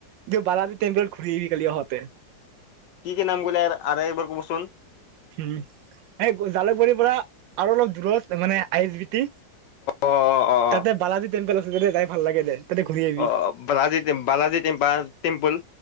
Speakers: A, on the right (about 85°); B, on the left (about 75°).
A: যাবি বালাজি টেম্পেল ঘূৰি আহিবি কালি আহতে।
B: কি কি নাম ক'লে আৰু একবাৰ ক'বচোন।
A: উম এ জালুকবাৰীৰ পৰা আৰু অলপ দূৰত মানে আই এচ বি টি
B: অ অ অ
A: তাতে বালাজী টেম্পল <unintelligible> যাই ভাল লাগে দে। তাতে ঘূৰি আহিবি
B: অ' বালাজী টেম-বালাজী-টেম-বা টেম্পুল,